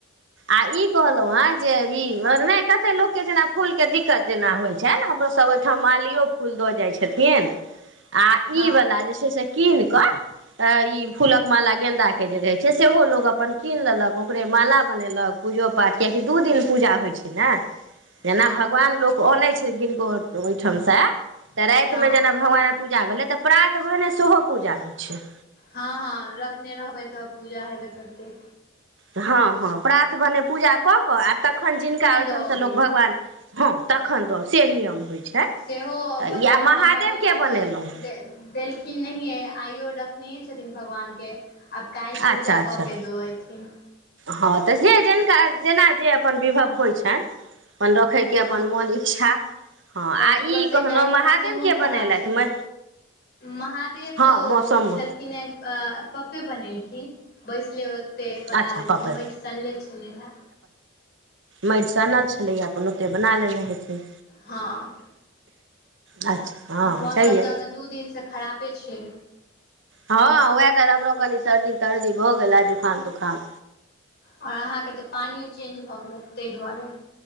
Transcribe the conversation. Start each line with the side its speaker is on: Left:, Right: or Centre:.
Right: आ ई कहलहु हेँ जे ई नहि कते लोकके जेना फूल के दिक्कत जेना होइत छैन मरो सब ओहिठाम मालियो फूल द जाय छथिन आ
Left: हँ
Right: ई वाला जे छै से कीन क अ ई फूलक माला गेन्दा के जे रहे छै सेहो लोग अपन कीन लेलक ओकरे माला बनेलक पूजो पाठ कियाकी दू दिन पूजा होइ छै ने जेना
Left: हँ
Right: भगवान लोक अनै छै किनको ओहिठाम से तऽ राति
Left: हँ
Right: मे जेना भगवानक पू जा भेलै तऽ प्रात भने सेहो पूजा होइ छै
Left: हँ हँ रखने रहबै तऽ पूजा हेबे करतै
Right: हँ हँ प्रात भने पूजा कऽ कऽ आ तखन जिनका ओहिठामसँ
Left: दऽ अबियौ
Right: लोक भगवान हँ तखन द से नियम होइ छै
Left: सेहो
Right: तऽ
Left: मतलब
Right: या महादेवके
Left: हमर पप्पा
Right: बनेलहुँ
Left: तऽ देलखिन नहिये आइयो रखनेहे छथिन भगवान के आब काल्हि पूजा
Right: अच्छा अच्छा
Left: कऽ के दऽ एथिन
Right: हँ तऽ से जिनका जेना जे अपन विभव होइ छै एं अपन रखैके
Left: हँ
Right: अपन मोन इच्छा हँ आ
Left: ऊपरसँ
Right: ई कहलहुँ
Left: काल्हि
Right: महादेव
Left: मौसमो
Right: के
Left: खराब
Right: बनेलथि
Left: छलै
Right: म
Left: महादेव
Right: हँ
Left: तो
Right: मौसम
Left: ओ छलखिने अ पप्पे बनेलखिन बैसले ओतै बना
Right: अच्छा
Left: लेलखिन
Right: पापड़
Left: माटि सनले छलै हे
Right: मटिसँनल छलैएा अपन ओते बना लेने हेथिन
Left: हँ
Right: अच्छा हँ
Left: मौसम
Right: छैहे
Left: तऽ एखन दू दिनसँ खरापे छै
Right: हँ वेदर हमरो कनि सर्दी तर्दी भऽ गेला जुकाम तुखाम
Left: आओर अहाँके तऽ पानियो चेंज भऽ गेलै ताहि दुआरे